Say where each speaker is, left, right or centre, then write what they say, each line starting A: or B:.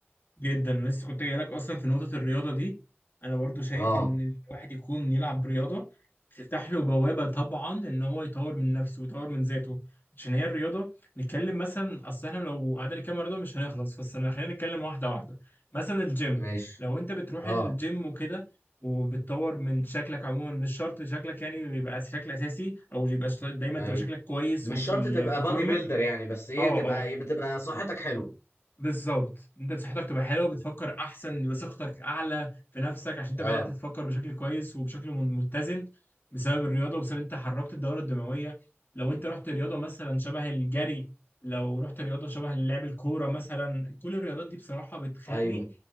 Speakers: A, on the left; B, on the left.
A: جدا أنا لسه كنت جاي لك اصلا في نقطه الرياضه دي انا برضو شايف
B: اه
A: ان الواحد يكون يلعب رياضه بتفتح له بوابه طبعا ان هو يطور من نفسه ويطور من ذاته عشان هي الرياضه نتكلم مثلا اصل احنا لو قعدنا نتكلم عن رياضه مش هنخلص بس انا خلينا نتكلم واحده واحده مثلا الجيم
B: ماشي
A: لو انت بتروح
B: اه
A: الجيم وكده وبتطور من شكلك عموما مش شرط شكلك يعني يبقى شكل اساسي او يبقى ش- دايما
B: ايوه
A: تبقى شكلك كويس
B: مش
A: وفي
B: شرط
A: ال-
B: تبقى
A: في الفورمه
B: بادي بيلدر يعني بس ايه
A: اه
B: تبقى
A: آه.
B: ايه بتبقى صحتك حلوه
A: بالظبط انت صحتك تبقى حلوه بتفكر احسن يبقى ثقتك اعلى في نفسك عشان انت
B: اه
A: بدات تفكر بشكل كويس وبشكل من- متزن بسبب الرياضه وبسبب انت حركت الدوره الدمويه لو انت رحت رياضه مثلا شبه الجري لو رحت رياضه شبه لعب الكوره مثلا كل الرياضات دي بصراحه بتخلي
B: ايوه